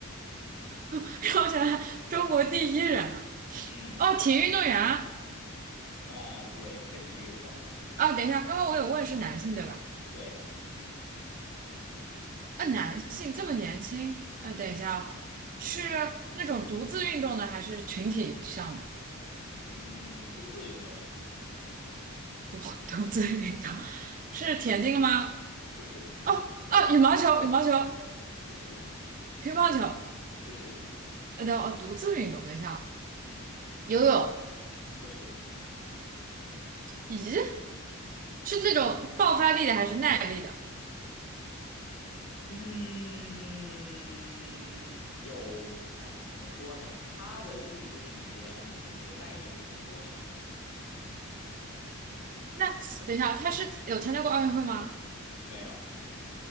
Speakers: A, on the right; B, on the left.
A: <laughs> 让我想想，中国第一人啊，
B: 嗯
A: 哦，体育运动员啊，
B: 啊，对，跟体育有关，
A: 哦等一下，刚刚我有问是男性对吧？
B: 对，
A: 啊，男性这么年轻，啊，等一下哦，
B: 嗯
A: 是那种独自运动的还是群体项目？
B: 嗯，独自运动，
A: 独 <laughs> 独自运动是田径吗？
B: 不是
A: 哦哦，羽毛球、羽毛球、
B: 不是
A: 乒乓球，
B: 不是，
A: 呃，等哦，独自运动，等一下哦
B: 嗯
A: 游泳，
B: 不是。
A: 咦，是那种爆发力的还是耐力的？
B: 嗯，有，哎，怎么说呢？他的运动里边肯定耐力会更多一点。嗯，
A: 那等一下，
B: 对，
A: 他是有参加过奥运会吗？
B: 没有，